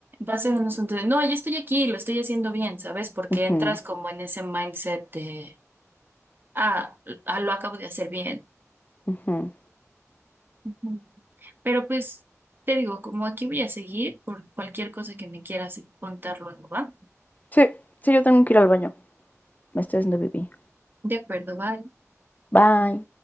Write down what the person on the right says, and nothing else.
va a ser un asunto de, no, ya estoy aquí, lo estoy haciendo bien, ¿sabes? Porque
entras como en ese mindset de, ah, ah, lo acabo de hacer bien.
Ujú. Pero pues, te digo, como aquí voy a seguir por cualquier cosa que me quieras contar luego, ¿va?
De acuerdo, va.